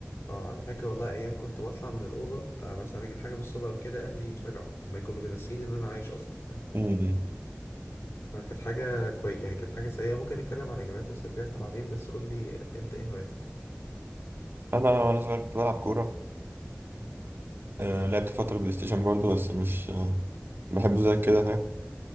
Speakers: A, on the left; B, on the right.
A: آه أنا فاكر والله أيام كنت بطلع من الأوضة آه مثلا أجيب حاجة من الصالة أو كده أهلي يتفاجعوا هما كانوا بينسيني إن أنا عايش أصلا فاهم
B: مم.
A: فكانت حاجة كويس يعني كانت حاجة سيئة ممكن نتكلم عن إيجابياتها وسلبياتها بعدين بس قول لي أنت إيه هواياتك؟
B: انا وانا صغير كنت بلعب كوره
A: مم.
B: آه لعبت فتره بلاي ستيشن برضه بس مش آه بحبه زي كده فاهم